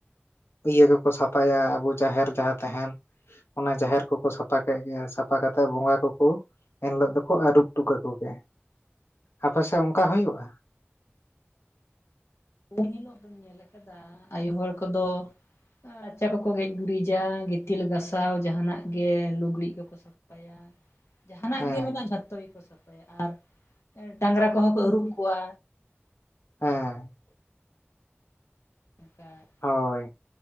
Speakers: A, on the left (about 65°); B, on the left (about 80°).
A: ᱤᱭᱟᱹ ᱠᱚᱠᱚ ᱥᱟᱯᱷᱟᱭᱟ ᱟᱵᱚ ᱡᱟᱦᱮᱨ ᱡᱟᱦᱟᱸ ᱛᱟᱦᱮᱱ ᱚᱱᱟ ᱡᱟᱦᱮᱨ ᱠᱚᱠᱚ ᱥᱟᱯᱷᱟ ᱠᱮᱫ ᱜᱮ ᱥᱟᱯᱷᱟ ᱠᱟᱛᱮᱫ ᱵᱚᱸᱜᱟ ᱠᱚᱠᱚ ᱮᱱ ᱦᱤᱞᱳᱜ ᱫᱚᱠᱚ ᱟᱹᱨᱩᱵ ᱦᱚᱴᱚ ᱠᱟᱠᱩ ᱜᱮ ᱟᱯᱮᱥᱮᱫ ᱚᱱᱠᱟ ᱦᱩᱭᱩᱜᱼᱟ
B: ᱩᱱ ᱦᱤᱞᱚᱜ ᱫᱚᱧ ᱧᱮᱞ ᱟᱠᱟᱫᱟ ᱟᱭᱩ ᱦᱚᱲ ᱠᱚᱫᱚ ᱟᱨ ᱨᱟᱪᱟ ᱠᱚᱠᱚ ᱜᱮᱡ ᱜᱩᱨᱤᱡᱟ ᱜᱤᱛᱤᱞ ᱜᱟᱥᱟᱣ ᱡᱟᱦᱟᱱᱟᱜ ᱜᱮ ᱞᱩᱜᱽᱲᱤᱡ ᱠᱚᱠᱚ ᱥᱟᱯᱷᱟ ᱥᱟᱯᱟᱭᱟ ᱡᱟᱦᱟᱱᱟᱜ
A: ᱦᱮᱸ
B: ᱜᱮ ᱢᱮᱱᱟᱜᱼᱟ ᱡᱷᱚᱛᱚ ᱜᱮᱠᱚ ᱥᱟᱯᱷᱟᱭᱟ ᱟᱨ ᱰᱟᱝᱨᱟ ᱠᱚᱦᱚᱸ ᱠᱚ ᱟᱹᱨᱩᱵ ᱠᱚᱣᱟ
A: ᱦᱮᱸ
B: ᱠᱟ <unintelligible>
A: ᱦᱚᱭ